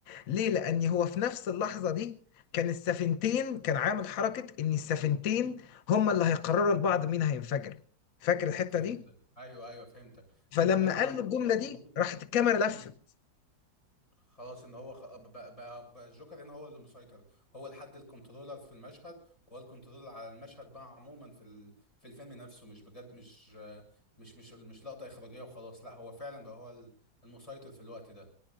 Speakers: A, on the left; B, on the left.
A: ليه لان هو في نفس اللحظة دي كان السفينتين كان عامل حركة ان السفينتين هما اللي هيقرروا لبعض مين هينفجر فاكر الحتة
B: فهمتك
A: دي
B: ايوه ايوه فهمتك
A: فلما
B: ان هما الاثنين
A: قال
B: عندهم
A: له الجملة
B: قرار
A: دي
B: مغلوط
A: راحت الكاميرا
B: امم
A: لفت
B: خلاص ان هو خ... بقى, بقى, بقى الجوكر هنا هو اللي مسيطر هو الحد الكنترولر في المشهد وهو الكنترولر على المشهد بقى عموما في ال... في الفيلم نفسه مش بجد مش مش مش مش لقطه اخراجيه وخلاص لا هو فعلا بقى هو ال- المسيطر في الوقت ده